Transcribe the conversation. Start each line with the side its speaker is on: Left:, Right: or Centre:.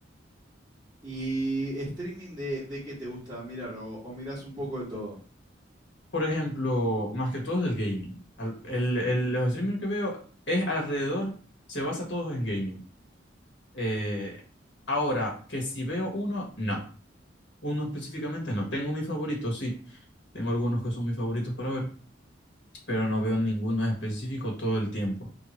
Right: ¿Y streaming de, de qué te gusta mirar? ¿O, o mirás un poco de todo?
Left: Por ejemplo, más que todos del gaming. Al- el- el- los streamers que veo es alrededor, se basa todos en gaming. Eh, ahora, que si veo uno, no. Uno específicamente no. Tengo mis favoritos, sí. Tengo algunos que son mis favoritos para ver pero no veo ninguno en específico todo el tiempo.